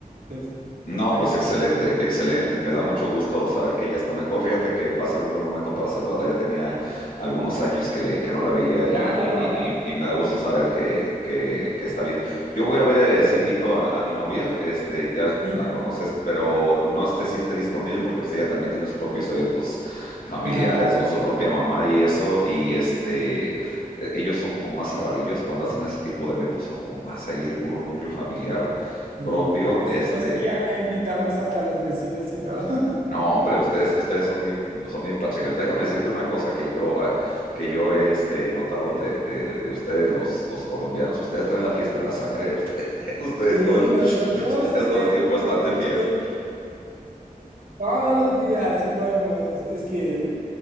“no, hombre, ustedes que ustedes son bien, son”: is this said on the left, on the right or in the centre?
Left